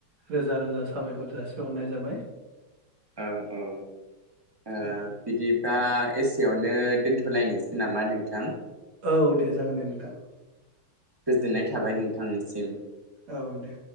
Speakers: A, on the right; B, on the right.
A: रोजा रोजा साबायखर जासिहरनाय जाबाय।
B: ओ ओ ओ
A: औ
B: बिदि दा एसेयावनो दोनथ'लायनोसै नामा नोंथां?
A: औ दे जागोन दे नोंथां।
B: गोजोननाय थाबाय नोंथांनिसिम।
A: औ दे